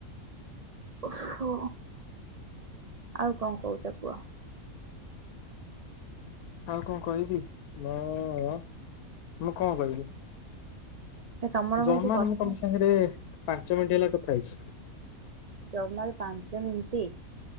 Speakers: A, on the right; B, on the left.
A: ଓ ହ ଆଉ କଣ କହୁଛ କୁହ?
B: ଆଉ କଣ କହିବି ମୁଁ- ମୁଁ କଣ କହିବି?
A: ଏ ତମର କଣ
B: ଜମାରୁ
A: କିଛି କଥା
B: ମୁଁ ତମ ସାଙ୍ଗରେ ପାଞ୍ଚ ମିନିଟ ହେଲା କଥା ହେଇଛି।
A: ଜମାରୁ ପାଞ୍ଚ ମିନିଟ୍।